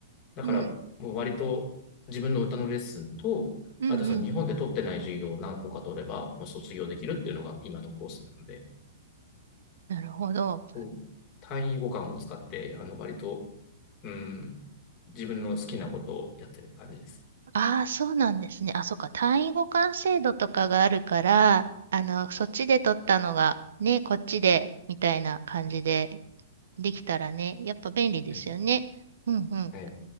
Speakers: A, on the left; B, on the right.
A: だからもう割と自分の歌のレッスンと、
B: うん。うんうん。
A: あとその日本で取ってない授業を何個か取れば、もう卒業できるっていうのが今のコースなので、
B: なるほど。
A: こう単位互換を使って、あの、割と、うん、自分の好きなことをやってる感じです。
B: ああ、そうなんですね。あ、そっか。単位互換制度とかがあるから、あの、そっちで取ったのが、ね、こっちで、みたいな感じでできたらね、やっぱ便利ですよね。
A: はい。
B: うんうん
A: はい